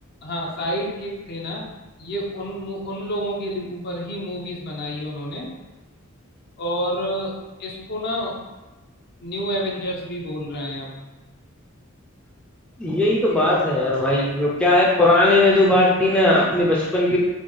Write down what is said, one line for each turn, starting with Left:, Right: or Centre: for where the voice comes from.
Left: हाँ साइड किक थे ना ये उन उन लोगों के लिए ऊपर ही मूवीज बनाई है उन्होंने और इसको ना न्यू एवेंजर्स भी बोल रहे हैं अब
Centre: यही तो बात है यार भाई वो क्या है पुराने में जो बात थी ना अपने बचपन की